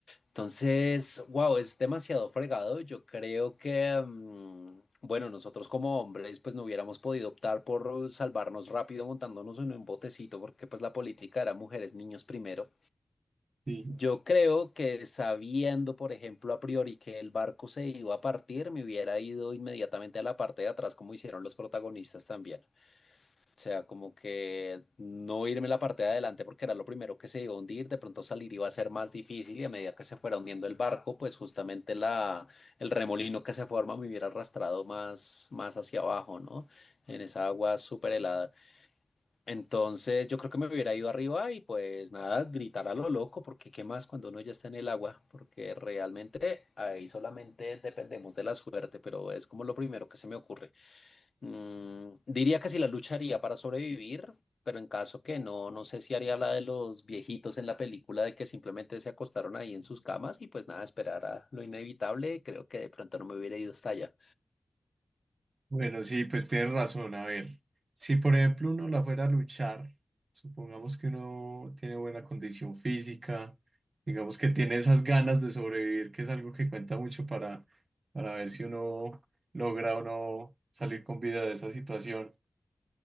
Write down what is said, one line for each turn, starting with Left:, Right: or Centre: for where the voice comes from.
Left: Entonces, wow, es demasiado fregado. Yo creo que, mm, bueno, nosotros como hombres, pues no hubiéramos podido optar por salvarnos rápido montándonos en un botecito, porque pues la política era mujeres, niños primero.
Right: Sí.
Left: Yo creo que sabiendo, por ejemplo, a priori que el barco se iba a partir, me hubiera ido inmediatamente a la parte de atrás, como hicieron los protagonistas también. O sea, como que no irme la parte de adelante porque era lo primero que se iba a hundir, de pronto salir iba a ser más difícil y a medida que se fuera hundiendo el barco, pues justamente la, el remolino que se forma me hubiera arrastrado más, más hacia abajo, ¿no? En esa agua súper helada. Entonces yo creo que me hubiera ido arriba y pues nada, gritar a lo loco, porque qué más cuando uno ya está en el agua, porque realmente ahí solamente dependemos de la suerte, pero es como lo primero que se me ocurre. Mm, diría que sí la lucharía para sobrevivir, pero en caso que no, no sé si haría la de los viejitos en la película de que simplemente se acostaron ahí en sus camas y pues nada, esperar a lo inevitable. Creo que de pronto no me hubiera ido hasta allá.
Right: Bueno, sí, pues tienes razón. A ver, si por ejemplo uno la fuera a luchar, supongamos que uno tiene buena condición física, digamos que tiene esas ganas de sobrevivir, que es algo que cuenta mucho para, para ver si uno logra o no salir con vida de esa situación.